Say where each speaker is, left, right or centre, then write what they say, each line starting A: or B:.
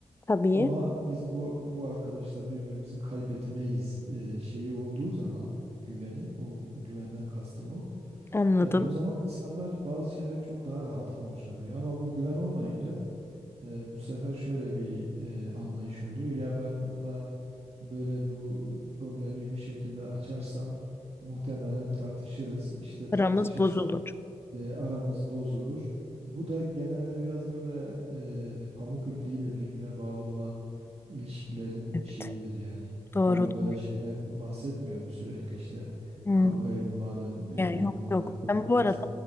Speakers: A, on the left; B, on the right.
A: Tabii
B: Ama biz bu bu arkadaşla birbirimizi kaybetmeyiz e, şeyi olduğu zaman güveni o, o güvenden kastım o.
A: anladım.
B: E, o zaman insanlar bazı şeyleri çok daha rahat konuşabiliyor. Ama bu güven olmayınca e, bu sefer şöyle bir e, anlayış oluyor. Ya ben buna böyle bu problemi bir şekilde açarsam muhtemelen tartışırız. İşte tartışırsak
A: Aramız bozulur.
B: e, aramız bozulur. Bu da genelde biraz böyle e, pamuk ipliğiyle birbirine bağlı olan ilişkilerin
A: Evet.
B: şeyidir yani.
A: Doğru
B: Tabii
A: doğru.
B: böyle şeyden bahsetmiyorum sürekli işte
A: Hmm.
B: kavga edin madem bir-
A: Ya yok
B: birbirimizden
A: yok.
B: kopmayacağız.
A: Ben bu arada